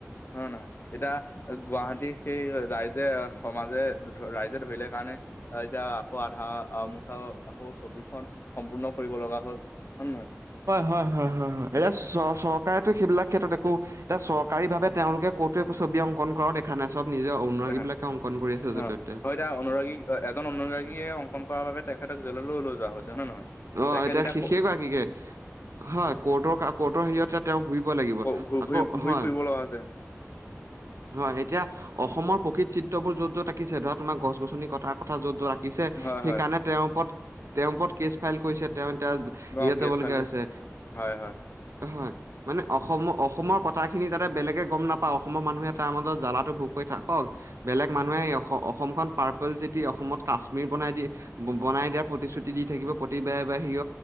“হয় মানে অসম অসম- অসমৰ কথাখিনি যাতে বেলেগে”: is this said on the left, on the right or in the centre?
Right